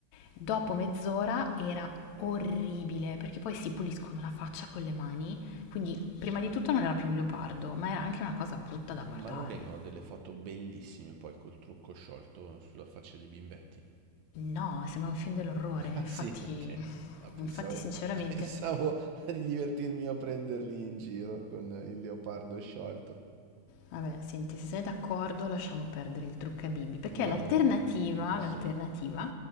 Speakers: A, on the left (about 70°); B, on the right (about 70°).
A: Dopo mezz'ora era orribile, perché poi si puliscono la faccia con le mani, quindi prima di tutto non era più un leopardo, ma era anche una cosa brutta da
B: Ma
A: guardare.
B: non vengono delle foto bellissime poi col trucco sciolto sulla faccia dei bimbetti?
A: No, sembra un film dell'orrore,
B: <laughs>
A: infatti,
B: Ah sì, ok. Ah, pensavo,
A: infatti sinceramente...
B: pensavo di divertirmi io a prenderli in giro con il leopardo sciolto.
A: Vabbè, senti, se sei d'accordo lasciamo perdere il trucca bimbi, perché
B: Va
A: l'alternativa,
B: bene. Sì.
A: l'alternativa